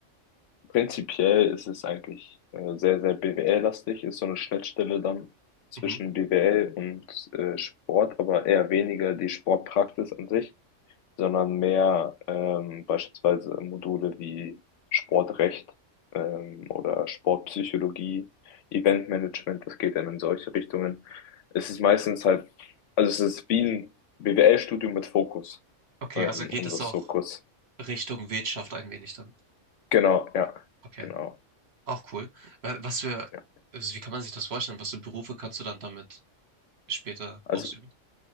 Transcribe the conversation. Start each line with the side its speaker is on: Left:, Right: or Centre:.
Left: Prinzipiell ist es eigentlich äh, sehr, sehr BWL-lastig, ist so eine Schnittstelle dann zwischen
Right: Mhm.
Left: BWL und äh, Sport, aber eher weniger die Sportpraxis an sich, sondern mehr ähm, beispielsweise Module wie Sportrecht ähm, oder Sportpsychologie, Eventmanagement, das geht dann in solche Richtungen. Es ist meistens halt, also es ist wie ein BWL-Studium mit Fokus,
Right: Okay,
Left: ähm,
Right: also geht
Left: um
Right: es
Left: das
Right: auch
Left: Fokus
Right: Richtung Wirtschaft ein wenig dann.
Left: Genau, ja,
Right: Okay,
Left: genau.
Right: auch cool. Wa- Was für,
Left: Ja.
Right: also wie kann man sich das vorstellen? Was für Berufe kannst du dann damit später
Left: Also
Right: ausüben?